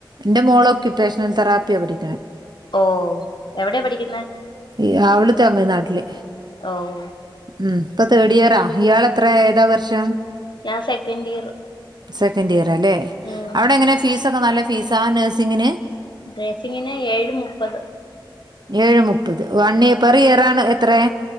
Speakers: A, on the right (about 55°); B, on the left (about 65°).
A: ഇൻ്റെ മോള് ക്ട്ട്റേഷനൽ തറാപ്പിയ പഠിക്ക്ണേ
B: ഓ എവിടെയാ പഠിക്കുന്നെ
A: ഈ അവള് തമിഴ്നാട്ടില്
B: ഓഹ്
A: ഉം ഇപ്പൊ തേർഡിയറാ ഇയാള്ത്ര ഏതാവർഷം
B: ഞാൻ സെക്കൻഡ് ഇയർ
A: സെക്കൻഡ്യയറല്ലെ
B: ഉം
A: അവിടെങ്ങനെ ഫീസൊക്കെ നല്ല ഫീസാ നഴ്സിംഗിന്
B: ഡ്രെസിങ്ങിന് ഏഴ് മുപ്പത്
A: ഏഴെ മുപ്പത് വണ്യപെർ ഏറാണ് എത്രറെ